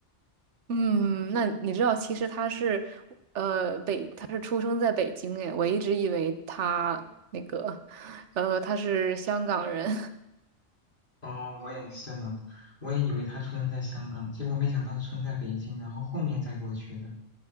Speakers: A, on the right; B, on the left.
A: 嗯，那你知道，其实他是，呃，北，他是出生在北京诶，我一直以为他那个，呃，他是香港人。
B: 哦，我也是呢，我也以为他出生在香港，结果没想到是出生在北京，然后后面再过去的。